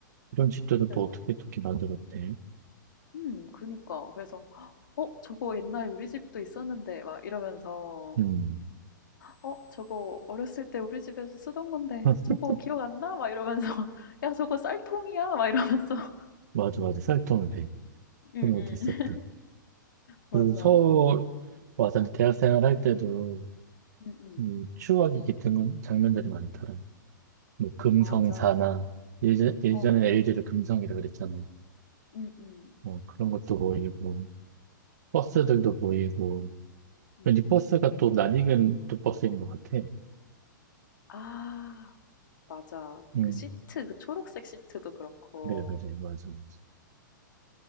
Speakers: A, on the right; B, on the left.
A: 이런 집들은
B: 그래서
A: 또 어떻게 어떻게 만들었대?
B: 음, 그니까. 그래서 어, 저거 옛날에 우리 집도 있었는데 막 이러면서
A: 음,
B: 어, 저거 어렸을 때 우리 집에서 쓰던 건데
A: <laughs>
B: 저거 기억 안 나? 막 이러면서 <laughs> 야, 저거 쌀통이야? 막 이러면서. <laughs>
A: 맞아, 맞아. 쌀통을 배.
B: 응,
A: 그런 것도 있었다.
B: 응. 맞아.
A: 그리고 서울 와서 대학 생활할 때도
B: 응, 응.
A: 이 추억이 깃든 장면들이 많더라. 뭐 금성사나
B: 맞아.
A: 예전, 예전에
B: 어.
A: LG를 금성이라 그랬잖아.
B: 음음.
A: 뭐 그런 것도 보이고 버스들도 보이고
B: 음.
A: 왠지 버스가 또 낯익은 또 버스인 것 같아.
B: 아 맞아.
A: 응,
B: 그 시트 그 초록색 시트도 그렇고
A: 그래 그래 맞아 맞아.